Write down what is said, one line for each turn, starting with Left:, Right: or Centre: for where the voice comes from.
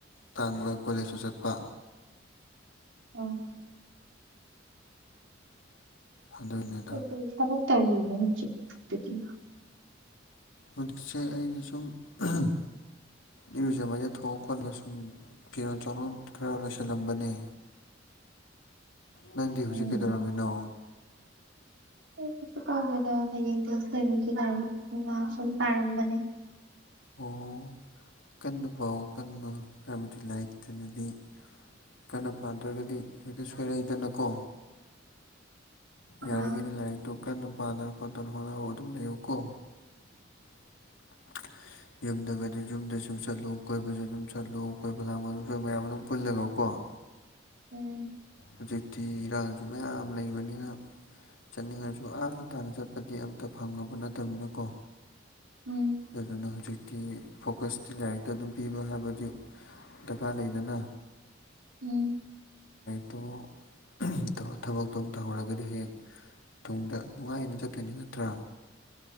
Left: ꯇꯥꯡꯕ ꯀꯣꯂꯦꯖꯁꯨ ꯆꯠꯄ
Right: ꯑꯥ
Left: ꯑꯗꯨꯒꯤꯅꯤꯗ
Right: ꯀꯩꯀꯩ ꯊꯕꯛ ꯇꯧꯔꯤꯟꯅ‌ꯣ ꯍꯧꯖꯤꯛ ꯗꯨꯗꯤ
Left: ꯍꯧꯖꯤꯛꯁꯦ ꯑꯩ ꯁꯨꯝ ꯑꯍꯝ ꯏꯔꯨꯖꯕꯗ ꯊꯣꯛꯑ ꯈꯣꯠꯂꯒ ꯁꯨꯝ ꯐꯤꯔꯣꯜ ꯆꯥꯔꯣꯟ ꯈꯔ ꯂꯣꯏꯁꯤꯜꯂꯝꯕꯅꯦ ꯅꯪꯗꯤ ꯍꯧꯖꯤꯛ
Right: ꯎꯝ
Left: ꯀꯩꯗꯧꯔꯝꯃꯤꯅꯣ
Right: ꯑꯣ ꯀꯩꯁꯨ ꯇꯧꯗ‌ꯦꯗ ꯍꯌꯦꯡ ꯇ‌ꯦꯁ ꯂꯩꯕꯒꯤ ꯂꯥꯡ ꯂꯥꯏꯔꯤꯛ ꯁꯨꯝ ꯄꯥꯔꯝꯕꯅꯦ
Left: ꯑꯣ ꯀꯟꯅ ꯄꯥꯎ ꯀꯟꯅ ꯍꯥꯏꯕꯗꯤ ꯂꯥꯏꯔꯤꯛꯇꯅꯗꯤ ꯀꯟꯅ ꯄꯥꯗ꯭ꯔꯒꯗꯤ ꯍꯦꯛꯇ ꯁꯣꯏꯔꯛꯏꯗꯅꯀꯣ
Right: ꯎꯝ
Left: ꯌꯥꯔꯤꯈꯩꯗꯤ ꯂꯥꯏꯔꯤꯛꯇꯨ ꯀꯟꯅ ꯄꯥꯗꯅ ꯈꯣꯠꯇꯅ ꯍꯣꯠꯅꯕ ꯑꯗꯨꯝ ꯂꯩꯌꯨꯀꯣ <inaudible> ꯌꯨꯝꯗꯒꯗꯤ ꯌꯨꯝꯗꯁꯨꯨꯝ ꯆꯠꯂꯨ ꯀꯣꯏꯕꯁꯨ ꯑꯗꯨꯝ ꯆꯠꯂꯨ ꯀꯣꯏꯕ ꯂꯥꯡꯕ ꯃꯗꯨꯝ ꯃꯌꯥꯝ ꯑꯗꯨꯝ ꯄꯨꯜꯂꯒ ꯀꯣ <unintelligible>
Right: ꯎꯝ
Left: ꯍꯧꯖꯤꯛꯇꯤ ꯏꯔꯥꯡꯁꯨ ꯃꯌꯥꯝ ꯂꯩꯕꯅꯤꯅ ꯆꯠꯅꯤꯡꯉꯁꯨ ꯑꯥ ꯇꯥꯅ ꯆꯠꯄꯗꯤ ꯑꯝꯇ ꯐꯪꯉꯕ ꯅꯠꯇꯕꯅꯤꯅꯀꯣ
Right: ꯎꯝ
Left: ꯑꯗꯨꯅ ꯍꯧꯖꯤꯛꯇꯤ ꯐꯣꯀꯁꯇꯤ ꯂꯥꯏꯔꯤꯛꯇ ꯑꯗꯨꯝ ꯄꯤꯕ ꯍꯥꯏꯕꯗꯤ ꯗꯔꯀꯥꯔ ꯂꯩꯗꯅ
Right: ꯎꯝ
Left: ꯑꯣ ꯑꯍꯝ ꯇꯧꯔ ꯊꯕꯛꯇꯣ ꯑꯃ ꯇꯧꯍꯧꯔꯒꯗꯤ ꯍꯌꯦꯡ ꯇꯨꯡꯗ ꯅꯨꯡꯉꯥꯏꯅ ꯆꯠꯇꯣꯏꯅꯤ ꯅꯠꯇ꯭ꯔꯥ